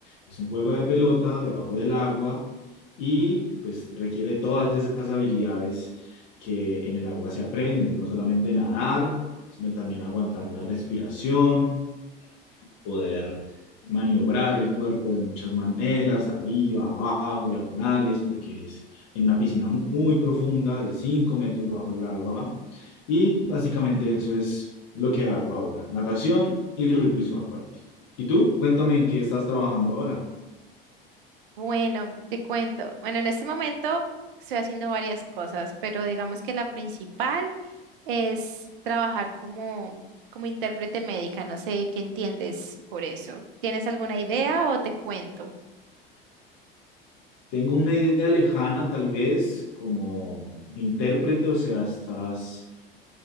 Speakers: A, on the left (about 50°); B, on the right (about 65°).
A: Es un juego de pelota debajo del agua y pues requiere todas esas habilidades que en el agua se aprenden, no solamente nadar, sino también aguantar la respiración, poder maniobrar el cuerpo de muchas maneras, arriba, abajo, diagonales, porque es en una piscina mu- muy profunda de 5 metros bajo el agua. Y básicamente eso es lo que hago ahora, natación y rugby subacuático. ¿Y tú? Cuéntame en qué estás trabajando ahora.
B: Bueno, te cuento. Bueno, en este momento estoy haciendo varias cosas, pero digamos que la principal es trabajar como, como intérprete médica. No sé qué entiendes por eso. ¿Tienes alguna idea o te cuento?
A: Tengo una idea lejana, tal vez, como intérprete, o sea, estás